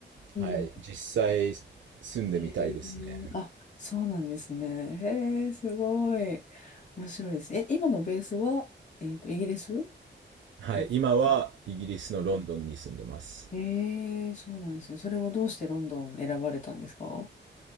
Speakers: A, on the right; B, on the left.
A: はい、
B: ーん
A: 実際住んでみたいですね。
B: ええ、あ、そうなんですね。へえ、すごい。面白いです。え、今のベースは、えっと、イギリス
A: はい、
B: ですか
A: 今はイギリスのロンドンに住んでます。
B: ええ、そうなんですね。それはどうしてロンドン選ばれたんですか